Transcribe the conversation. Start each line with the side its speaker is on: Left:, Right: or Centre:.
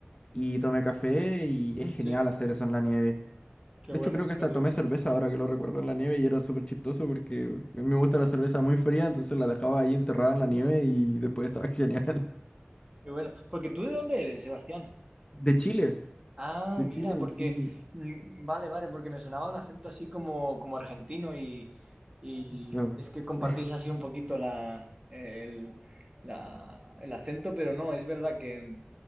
Left: y tomé café y es genial
Right: Sí,
Left: hacer eso en la nieve.
Right: qué
Left: De
Right: bueno,
Left: hecho, creo que hasta
Right: qué bueno,
Left: tomé cerveza ahora que lo recuerdo en la nieve y era súper chistoso porque a mí me gusta la cerveza muy fría, entonces la dejaba ahí enterrada en la nieve y después estaba <laughs> genial.
Right: qué bueno. Porque tú de dónde eres, Sebastián?
Left: De Chile,
Right: Ah,
Left: de
Right: mira,
Left: Chile,
Right: porque,
Left: sí.
Right: mm, vale, vale, porque me sonaba un acento así como, como argentino y, y
Left: Bueno.
Right: es que compartís
Left: <laughs>
Right: así un poquito la, el, la- el acento, pero no, es verdad que,